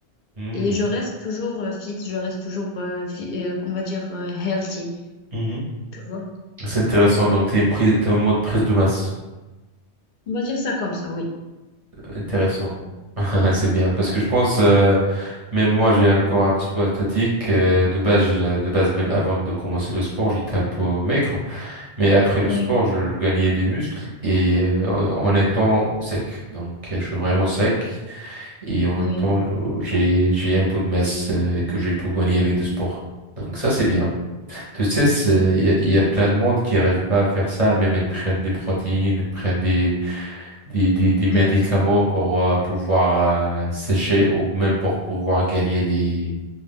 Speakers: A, on the right; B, on the left.
A: Hmm.
B: Et je reste toujours euh, fit. Je reste toujours, euh, fi- euh, on va dire, euh, healthy.
A: Mhm.
B: Tu vois?
A: C'est intéressant, donc tu es, une prise, t'es en mode prise de masse.
B: On va dire ça comme ça, oui.
A: Intéressant. <laughs> C'est bien, parce que je pense, euh, même moi, j'ai un corps un petit peu athlétique. euh, de base, j'ai- de base, même avant de commencer le sport, j'étais un peu maigre. Mais après le
B: Oui,
A: sport, je, je gagnais des muscles et euh, en étant sec. Donc, euh, je suis vraiment sec et en même
B: oui.
A: temps, oh, j'ai j'ai un peu de masse euh, que j'ai pu gagner avec du sport. Donc ça, c'est bien. Tu sais, c'est-
B: Bien sûr que
A: il
B: tu-
A: y, a il y a plein de monde qui n'arrive pas à faire ça. Même elles prennent des protéines, elles prennent des des, des, des médicaments
B: <laughs>
A: pour euh, pouvoir euh, sécher ou même pour pouvoir gagner des